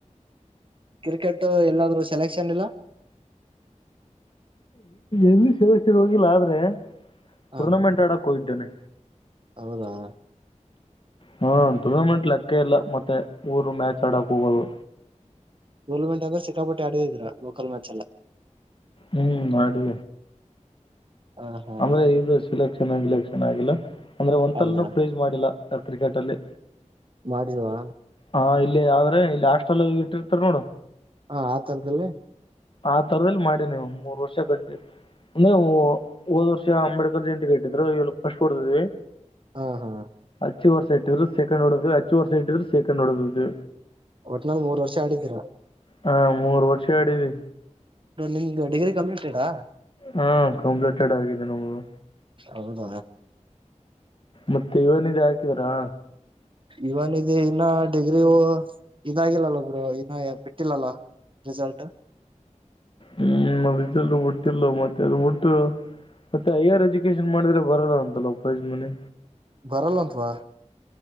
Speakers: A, on the right; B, on the left.
A: ಕ್ರಿಕೆಟ್ ಎಲ್ಲಾದ್ರೂ ಸೆಲೆಕ್ಷನ್ ಇಲ್ಲ
B: ಎಲ್ಲಿ ಸದಸ್ಯರು ಹೋಗಿಲ್ಲ ಆದ್ರೆ
A: ಹಾ
B: ಟೂರ್ನಮೆಂಟ್ ಆಡಕ್ ಹೋಗಂತೇನೆ
A: ಹೌದಾ
B: ಹಾ ಟೂರ್ನಮೆಂಟ್ ಲೆಕ್ಕ ಇಲ್ಲ ಮತ್ತೆ ಊರು ಮ್ಯಾಚ್ ಆಡಕ್ ಹೋಗೋದು
A: ಗೋಲ್ಮೆಂಟ್ ಆಗರು ಸಿಕ್ಕಾಪಟ್ಟಿ ಆಡಿದೀರ ಲೋಕಲ್ ಮ್ಯಾಚ್ ಎಲ್ಲ
B: ಹ್ಮ್ ಮಾಡಿ
A: ಹ ಹಾ
B: ಅಂದ್ರೆ ಇದು ಸಿಲೆಕ್ಷನ್ಲೆಕ್ಷನ್ ಆಗಿಲ್ಲ ಅಂದ್ರೆ ಒಂತಲ್ಲ
A: ಹೌದಾ
B: ಪ್ರೈಸ್ ಮಾಡಿಲ್ಲ ಕ್ರಿಕೆಟ್ ಅಲ್ಲಿೇ
A: ಮಾಡವಾ
B: ಹಾ ಇಲ್ಲೇ ಆದ್ರೆ ಇಲ್ಲಿ ಅಷ್ಟಲ್ಲ ಇಟ್ಟಿರ್ತಾರ ನೋಡು
A: ಹಾ ಆಥರ್ದಲ್ಲ
B: ಆ ತರದಲ್ಲಿ ಮಾಡಿ ನೀವು ಮೂರ್ ವರ್ಷ ಕಂಟಂದವು ಹೋದ್ ವರ್ಷ ಅಂಬೇಡ್ಕರ್ ಜಯಂತಿ ಕಟ್ಟಿದ್ರು ಇ ಫಸ್ಟ್ ಹೊಡದ್ವಿ
A: ಹಾ ಹಾ
B: ಹಚ್ಚು ವರ್ಷ ಇಟ್ಟಿದ್ರರು ಸೆಕಂಡ್ಡೋದು ಹಚ್ಚು ವರ್ಷ ಇಟ್ಟಿದ್ ಸೆಕೆಂಡ್ ನಡದದು
A: ಒಟ್ನಾಲ್ ಮೂರ್ ವರ್ಷ ಆಡಿದ್ದೀರ
B: ಹಾ ಮೂರು ವರ್ಷ ಆಡಿದೆ
A: ನಿಮ್ದ ಡಿಗ್ರಿ ಕಂಪ್ಲೀಟ್ ಇರಾ
B: ಹಾ ಕಂಪ್ಲೀಟೆಡ್ ಆಗಿದೆ ನಮ್ದು
A: ಹೌದಾ
B: ಮತ್ತೆ ಇವನಜ ಹಾಕಿದಾರಾ
A: ಇವನ್ಿದ ಇನ್ನ ಡಿಗ್ರಿು ಇದಾಗಿಲ್ಲಲ್ಲ ಒಬ್ರು ಇನ್ನ ಬಿಟ್ಟಿಲ್ಲಲ್ಲ ರಿಿಸಲ್್ಟ
B: ಹ್ಮ್ ಅದಲ್ಲ ಬಿಟ್ಟಿಲ್ಲ ಮತ್ತೆ ಅದು ಬಿಟ್ಟು ಮತ್ತೆ ಹೈಯರ್ ಎಜುಕೇಶನ್ ಮಾಡಿದ್ರೆ ಬರಲ್ಲ ಅಂತಲ್ಲ ಉಪಯಜ ಮನೆಿ
A: ಬರಲ್ಲಂತ್ವಾ